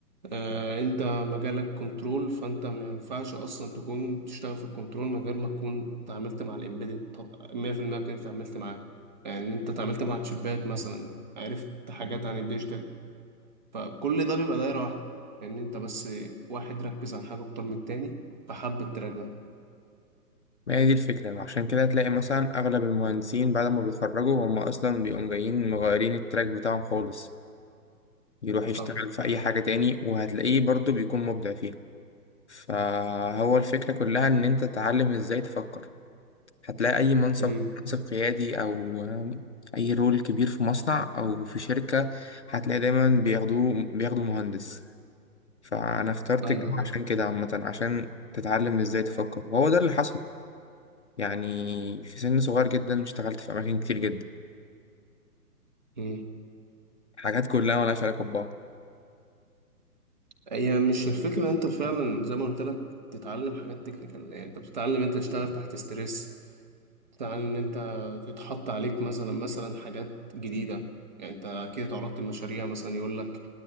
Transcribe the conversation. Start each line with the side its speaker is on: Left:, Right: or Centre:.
Right: آه انت مجالك كنترول فانت ما ينفعش اصلا تكون تشتغل في الكنترول من غير ما تكون اتعاملت مع الامبيدد 100% كنت اتعاملت معاه يعني انت اتعاملت مع الشبات مثلا عرفت حاجات عن الديجيتال فكل ده بيبقى دايرة واحدة لان يعني انت بس واحد ركز على حاجة اكتر من التاني فحب التراك ده
Left: ما هي دي الفكرة عشان كده تلاقي مثلا أغلب المهندسين بعد ما بيتخرجوا هم أصلا بيقوم جايين مغيرين التراك بتاعهم خالص يروح يشتغل
Right: صح
Left: في أي حاجة تاني وهتلاقيه برضو بيكون مبدع فيها فهو الفكرة كلها إن أنت تتعلم إزاي تفكر هتلاقي أي منصب
Right: امم
Left: منصب قيادي أو آم، أي رول كبير في مصنع أو في شركة هتلاقي دايما بياخدوه بياخدوا مهندس فأنا اخترت
Right: ايوه
Left: الجامعة عشان كده عامة عشان تتعلم إزاي تفكر وهو ده اللي حصل يعني في سن صغير جدا اشتغلت في أماكن كتير جدا
Right: صح
Left: حاجات كلها ملهاش علاقة ببعض
Right: هي مش الفكرة ان انت فعلا زي ما قلت لك تتعلم حاجات تكنيكال يعني انت بتتعلم انت تشتغل تحت ستريس بتتعلم ان انت تتحط عليك مثلا مثلا حاجات جديدة يعني انت اكيد اتعرضت لمشاريع مثلا يقول لك